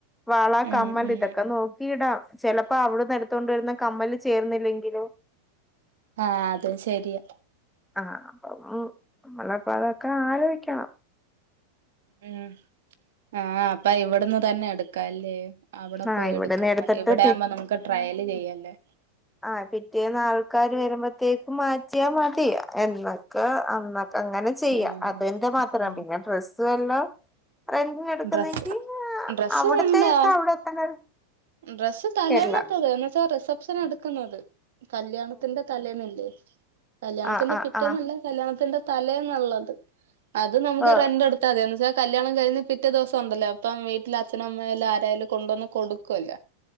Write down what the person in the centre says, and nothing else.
വള
കമ്മൽ
ഇതൊക്കെ നോക്കിയിടാ. ചെലപ്പോ അവിടുന്ന് എടുത്തോണ്ട് വരുന്ന കമ്മല് ചേർന്നില്ലെങ്കിലോ?
ആ അപ്പൊ ഉം നമ്മളപ്പൊ അതൊക്കെ ആലോചിക്കണം.
ആഹ്
ഇവിടെന്ന്
എടുത്തിട്ട്
ആ പിറ്റേന്ന് ആൾക്കാര് വരുമ്പോ അത്തേക്ക് മാറ്റിയാൽ മതി എന്നൊക്കെ അന്ന് അങ്ങനെ ചെയ്യാ
അതന്റെ മാത്രം
പിന്നെ ഡ്രസ് അതുവല്ലാ റെന്റി എടുക്കുന്നെങ്കി
അവിടത്തേ
ഒക്കെ അവിടെ ത്തന്നെ
കേരള
ആഹ് ആഹ്
ആഹ്
ആഹ്